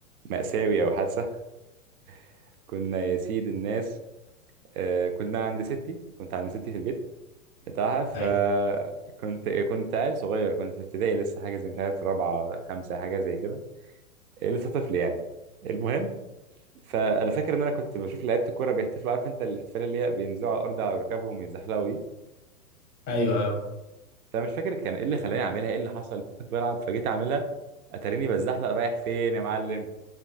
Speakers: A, on the right; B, on the left.
A: مأساوي او حادثة <laughs> كنا يا سيد الناس آه، كنا عند ستي كنت عند ستي في البيت بتاعها فكنت
B: ايوه
A: كنت عيل صغير كنت في ابتدائي لسه حاجة زي مش عارف رابعة خمسة حاجة زي كده آه، لسه طفل يعني المهم فانا فاكر ان انا كنت بشوف لعيبه الكوره بيحتفلوا عارف انت الاحتفال اللي هي بينزلوا على الارض على ركبهم ويتزحلقوا
B: ايوه ايوه
A: فانا مش فاكر كان ايه اللي خلاني اعملها ايه اللي حصل فكنت بلعب فجيت اعملها اتاريني بزحلق رايح فين يا معلم